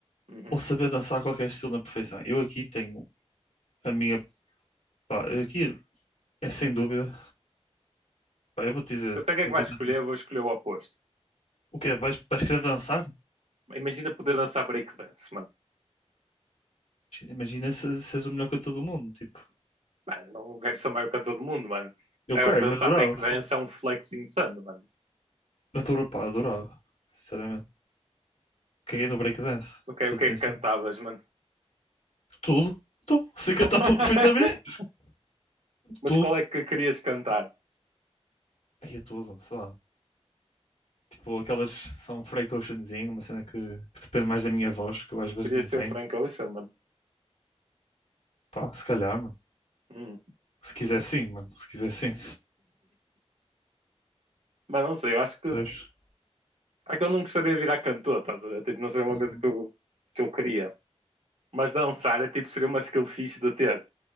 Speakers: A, on the right; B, on the left.
A: Uhum.
B: ou saber dançar qualquer estilo na perfeição? Eu aqui tenho a minha. Pá, aqui é sem dúvida. Pá, eu vou te dizer.
A: Eu sei o que é
B: Vou
A: que vais
B: te dizer.
A: escolher, eu vou escolher o oposto.
B: O quê? Vais, vais querer dançar?
A: Imagina poder dançar breakdance, mano.
B: Imagina se se és o melhor cantor do mundo, tipo.
A: Mano, não quero ser o maior cantor do mundo, mano.
B: Eu
A: Agora
B: quero,
A: dançar
B: eu adorava.
A: breakdance
B: fo-
A: é um flex insano, mano.
B: Adorava, pá, adorava. Sinceramente. Caguei no breakdance,
A: O que,
B: sou
A: é- o que
B: de ciência.
A: é que cantavas, mano?
B: Tudo. Tudo. Sei cantar
A: <laughs>
B: tudo perfeitamente.
A: Mas
B: Tudo.
A: qual é que querias cantar?
B: Aí é tudo, sei lá. Tipo, aquelas são free cautionzinho, uma cena que, que depende mais da minha voz, que eu às vezes
A: Querias
B: não tenho.
A: ser o Frank Ocean, mano?
B: Pá, se calhar, mano.
A: Hum.
B: Se quiser sim, mano. Se quiser sim.
A: Mas não sei, eu acho que.
B: Sabes?
A: É que eu não gostaria de virar cantor, estás a ver? Tipo, não seria uma
B: Uhum.
A: coisa que eu, que eu queria. Mas dançar, é, tipo, seria uma skill fixe de ter.